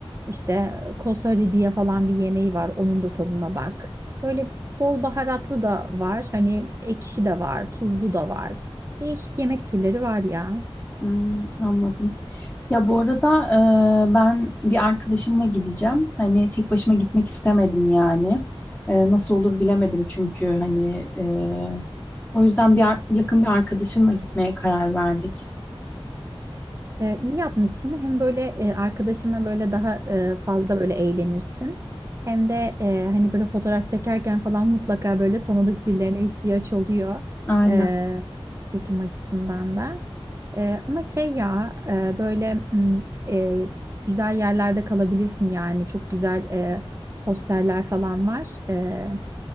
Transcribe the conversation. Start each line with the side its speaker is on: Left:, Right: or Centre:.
Right: İşte e, kosari diye falan bir yemeği var. Onun da tadına bak. Böyle bol baharatlı da var. Hani ekşi de var, tuzlu da var. Değişik yemek türleri var ya.
Left: Hmm, anladım. Ya bu arada e, ben bir arkadaşımla gideceğim. Hani tek başıma gitmek istemedim yani. E, nasıl olur bilemedim çünkü hani e, o yüzden bir ar- yakın bir arkadaşımla gitmeye karar verdik.
Right: Ee, iyi yapmışsın. Hem böyle e, arkadaşına böyle daha e, fazla böyle eğlenirsin. Hem de e, hani böyle fotoğraf çekerken falan mutlaka böyle tanıdık birilerine ihtiyaç oluyor.
Left: Aynen.
Right: Ee, çekim açısından da. Ee, ama şey ya e, böyle m, e, güzel yerlerde kalabilirsin yani. Çok güzel e, posterler falan var. Ee,